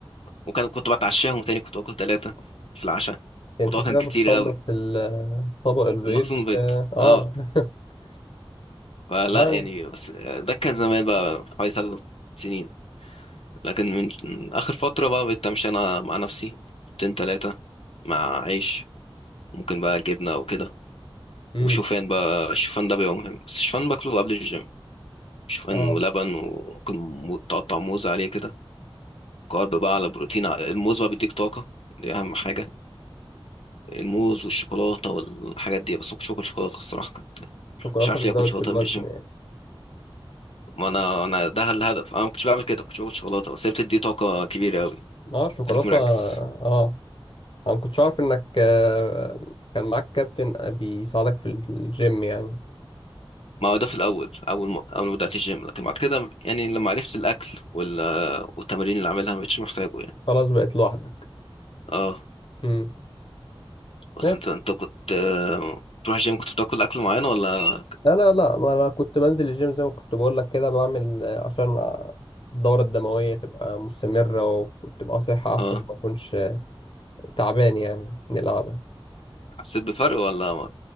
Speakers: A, on the left (about 85°); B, on the left (about 60°).
A: وكان كنت بتعشاهم تاني كنت باكل تلاتة في العشاء
B: انت
A: الموضوع
B: كده
A: كان كتير
B: بتخلص
A: أوي
B: ال- طبق البيض
A: المخزون بيض
B: اه آه.
A: اه
B: <laughs>
A: فلا
B: لا
A: يعني بس ده كان زمان بقى حوالي ثلاث سنين لكن من من آخر فترة بقى بقيت أمشي أنا مع نفسي حطين تلاتة مع عيش ممكن بقى جبنة وكده
B: امم
A: وشوفان بقى الشوفان ده بيبقى مهم بس الشوفان باكله قبل الجيم شوفان
B: اه
A: ولبن وممكن مو- تقطع موز عليه كده كارب بقى على بروتين ع- الموز بقى بيديك طاقة دي أهم حاجة الموز والشوكولاتة والحاجات دي بس ما كنتش باكل شوكولاتة الصراحة كنت
B: الشوكولاته
A: مش عارف
B: بتزود
A: ليه آكل شوكولاتة
B: في الوزن
A: قبل الجيم
B: يعني
A: ما انا انا ده الهدف انا ما كنتش بعمل كده ما كنتش باكل شوكولاته بس هي بتدي طاقه كبيره قوي
B: اه الشوكولاته
A: خليك مركز
B: اه انا ما كنتش عارف انك آه، كان معاك كابتن بيساعدك في الجيم يعني
A: ما هو ده في الاول اول ما اول ما بدات الجيم لكن بعد كده يعني لما عرفت الاكل وال... والتمارين اللي عاملها ما بقتش محتاجه يعني
B: خلاص بقيت لوحدك
A: اه
B: امم
A: بس
B: ماشي
A: انت انت كنت آه، تروح الجيم كنت بتاكل اكل معين ولا
B: انا لا ما انا كنت بنزل الجيم زي ما كنت بقول لك كده بعمل آه، عشان آه، الدورة الدموية تبقى مستمرة وتبقى صحة أحسن
A: اه
B: ما أكونش آه، تعبان يعني من القعدة
A: حسيت بفرق ولا ما